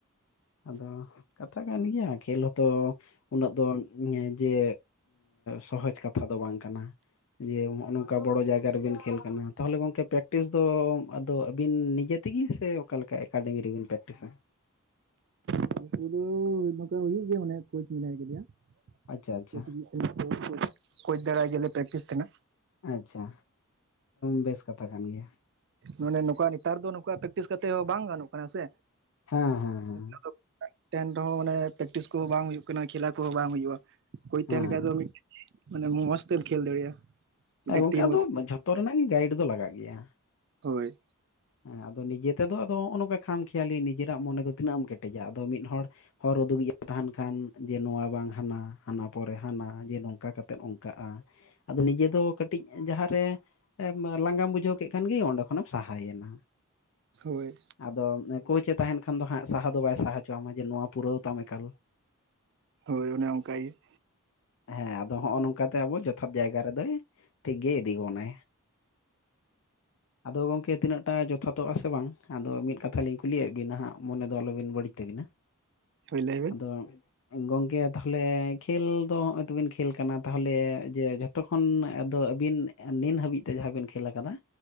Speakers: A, on the left; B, on the right.
A: ᱟᱫᱚ ᱠᱟᱛᱷᱟ ᱠᱟᱱ ᱜᱮᱭᱟ ᱠᱷᱮᱞ ᱦᱚᱸᱛᱚ ᱩᱱᱟᱹᱜ ᱫᱚ ᱧᱮ ᱡᱮ ᱥᱚᱦᱚᱡ ᱠᱟᱛᱷᱟ ᱫᱚ ᱵᱟᱝ ᱠᱟᱱᱟ᱾ ᱡᱮ ᱱᱚᱜᱼᱚ ᱱᱚᱝᱠᱟ ᱵᱚᱲᱚ ᱡᱟᱭᱜᱟ ᱨᱮᱵᱤᱱ ᱠᱷᱮᱞ ᱠᱟᱱᱟ, ᱛᱟᱦᱚᱞᱮ ᱜᱚᱝᱠᱮ ᱯᱮᱠᱴᱤᱥ ᱫᱚ ᱟᱫᱚ ᱟᱹᱵᱤᱱ ᱱᱤᱡᱮ ᱛᱤᱜᱤ ᱥᱮ ᱚᱠᱟᱞ ᱞᱮᱠᱟ ᱮᱠᱟᱰᱮᱢᱤ ᱨᱮᱵᱤᱱ ᱯᱮᱠᱴᱤᱥᱟ?
B: <unintelligible> ᱱᱚᱝᱠᱟ ᱦᱩᱭᱩᱜ ᱜᱮᱭᱟ ᱢᱟᱱᱮ ᱠᱳᱪ ᱢᱮᱱᱟᱭ ᱠᱟᱫᱮᱭᱟ᱾
A: ᱟᱪᱪᱷᱟ ᱟᱪᱪᱷᱟ
B: <unintelligible> ᱠᱳᱪ ᱫᱟᱨᱟᱭ ᱜᱮ ᱯᱨᱠᱤᱥ ᱛᱮᱱᱟ᱾
A: ᱟᱪᱪᱷᱟ ᱵᱮᱥ ᱠᱟᱛᱷᱟ ᱠᱟᱱ ᱜᱮᱭᱟ᱾
B: ᱢᱟᱱᱮ ᱱᱚᱝᱠᱟ ᱱᱮᱛᱟᱨ ᱫᱚ ᱱᱚᱝᱠᱟ ᱯᱨᱮᱠᱴᱤᱥ ᱠᱟᱛᱮᱫ ᱦᱚᱸ ᱵᱟᱝ ᱜᱟᱱᱚᱜ ᱠᱟᱱᱟ ᱥᱮ᱾
A: ᱦᱮᱸ ᱦᱮᱸ᱾ ᱦᱮᱸ
B: ᱱᱤᱛᱚᱜ ᱫᱚ <unintelligible> ᱨᱮᱦᱚᱸ ᱢᱟᱱᱮ ᱯᱨᱮᱠᱴᱤᱥ ᱠᱚᱦᱚᱸ ᱵᱟᱝ ᱦᱩᱭᱩᱜ ᱠᱟᱱᱟ ᱠᱷᱮᱞᱟ ᱠᱚᱦᱚᱸ ᱵᱟᱝ ᱦᱩᱭᱩᱜᱼᱟ᱾ ᱵᱳᱭ
A: ᱦᱮᱸ
B: ᱛᱟᱦᱮᱱ ᱠᱷᱟᱡ ᱫᱚ ᱢᱤᱫ ᱢᱟᱱᱮ ᱢᱚᱸᱡᱽ ᱛᱮᱢ ᱠᱷᱮᱞ ᱫᱟᱲᱮᱭᱟᱜᱼᱟ᱾ ᱢᱤᱫᱴᱮᱱ
A: ᱦᱮᱸ ᱜᱚᱢᱠᱮ
B: ᱴᱤᱢ
A: ᱟᱫᱚ
B: ᱟᱛᱮ᱾
A: ᱡᱷᱚᱛᱚ ᱨᱮᱱᱟᱜ ᱜᱮ ᱜᱟᱭᱤᱰ ᱫᱚ ᱞᱟᱜᱟᱜ ᱜᱮᱭᱟ᱾
B: ᱦᱳᱭ᱾
A: <inaudible> ᱦᱮᱸ ᱟᱫᱚ ᱱᱤᱡᱮ ᱛᱮᱫᱚ ᱟᱫᱚ ᱱᱚᱜᱼᱚ ᱱᱚᱝᱠᱟ ᱠᱷᱟᱢ ᱠᱷᱮᱭᱟᱞᱤ ᱱᱤᱡᱮᱨᱟᱜ ᱢᱚᱱᱮ ᱫᱚ ᱛᱤᱱᱟᱹᱜ ᱮᱢ ᱠᱮᱴᱮᱡᱟ ᱟᱫᱚ ᱢᱤᱫ ᱦᱚᱲ ᱦᱚᱨ ᱩᱫᱩᱜᱤᱡ ᱛᱟᱦᱮᱱ ᱠᱷᱟᱱ ᱡᱮ ᱱᱚᱣᱟ ᱵᱟᱝ ᱦᱟᱱᱟ ᱦᱟᱱᱟ ᱯᱚᱨᱮ ᱦᱟᱱᱟ ᱡᱮ ᱱᱚᱝᱠᱟ ᱠᱟᱛᱮᱫ ᱚᱱᱠᱟᱜᱼᱟ᱾ ᱟᱫᱚ ᱱᱤᱡᱮ ᱫᱚ ᱠᱟᱹᱴᱤᱡ ᱡᱟᱦᱟᱸ ᱨᱮ ᱞᱟᱸᱜᱟᱢ ᱵᱩᱡᱷᱟᱹᱣ ᱠᱮᱫ ᱠᱷᱟᱱ ᱜᱮ ᱚᱸᱰᱮ ᱠᱷᱚᱱᱮᱢ ᱥᱟᱦᱟᱭᱮᱱᱟ᱾
B: ᱦᱳᱭ᱾
A: ᱟᱫᱚ ᱠᱳᱪᱮ ᱛᱟᱦᱮᱱ ᱠᱷᱟᱱ ᱫᱚ ᱦᱟᱸᱜ ᱥᱟᱦᱟ ᱫᱚ ᱵᱟᱭ ᱥᱟᱦᱟ ᱦᱚᱪᱚ ᱟᱢᱟ ᱡᱮ ᱱᱚᱣᱟ ᱯᱩᱨᱟᱹᱣ ᱛᱟᱢ ᱮᱠᱟᱞ᱾ <inaudible>
B: ᱦᱳᱭ ᱚᱱᱮ ᱚᱱᱠᱟᱜᱮ᱾
A: ᱦᱮᱸ ᱟᱫᱚ ᱱᱚᱜᱼᱚ ᱱᱚᱝᱠᱟᱛᱮ ᱟᱵᱚ ᱡᱚᱛᱷᱟᱛ ᱡᱟᱭᱜᱟ ᱨᱮᱫᱚᱭ ᱴᱷᱤᱠ ᱜᱮᱭ ᱤᱫᱤ ᱵᱚᱱᱟ᱾ ᱟᱫᱚ ᱜᱚᱝᱠᱮ ᱛᱤᱱᱟᱹᱜ ᱴᱟ ᱡᱚᱛᱷᱟᱛᱚᱜ ᱟᱥᱮ ᱵᱟᱝ, ᱟᱫᱚ ᱢᱤᱫ ᱠᱟᱛᱷᱟ ᱞᱤᱧ ᱠᱩᱞᱤᱭᱮᱫ ᱵᱤᱱᱟ ᱦᱟᱸᱜ ᱢᱚᱱᱮ ᱫᱚ ᱟᱞᱚᱵᱤᱱ ᱵᱟᱹᱲᱤᱡ ᱛᱟᱹᱵᱤᱱᱟ᱾
B: ᱦᱳᱭ ᱞᱟᱹᱭ ᱵᱮᱱ
A: ᱟᱫᱚ ᱜᱚᱝᱠᱮ ᱛᱟᱦᱚᱞᱮ ᱠᱷᱮᱞ ᱫᱚ ᱦᱚᱜᱼᱚᱭ ᱛᱵᱤᱱ ᱠᱷᱮᱞ ᱠᱟᱱᱟ ᱛᱟᱦᱚᱞᱮ ᱡᱮ ᱡᱷᱚᱛᱚ ᱠᱷᱚᱱ ᱛᱚ, ᱟᱹᱵᱤᱱ ᱱᱤᱱ ᱦᱟᱹᱵᱤᱡ ᱛᱮ ᱡᱟᱦᱟᱸ ᱵᱤᱱ ᱠᱷᱮᱞ ᱟᱠᱟᱫᱟ